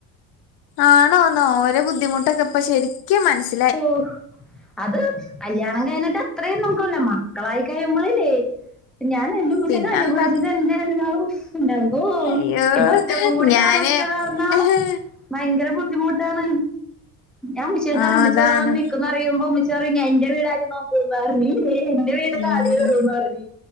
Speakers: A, on the left; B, in the centre.
A: ആണോന്നോ ഓരെ- ബുദ്ധിമുട്ടൊക്കെ ഇപ്പോ- ശരിക്കും മനസ്.
B: ഓ.. അത് കല്യാണം കഴിഞ്ഞിട്ട്- അത്രയും നമുക്കല്ല മക്കളായി- കഴിയുമ്പോളില്ലേ? ഞാൻ എന്റെ ഉമ്മച്ചിയൊക്കെ-
A: പിന്നെന്താ
B: അനുഭവിച്ചത് <unintelligible> ഉണ്ടാവോ
A: അയ്യോ
B: ഇപ്പൊ ഒറ്റക്കും കൂടി-
A: ഞാന്
B: താമസിക്കണ കാരണം.
A: ആഹ്
B: ഭയങ്കര ബുദ്ധിമുട്ടാണ് ഞാൻ- ഉമച്ചി നോട് പറയും.
A: അതാണ്
B: റിയുമ്പോ മച്ചാറിയും എൻന്റെ വീട- നോക്ക പറഞ്ഞ- വീട്
A: ഉം
B: കാടറൂന്ന് പറഞ്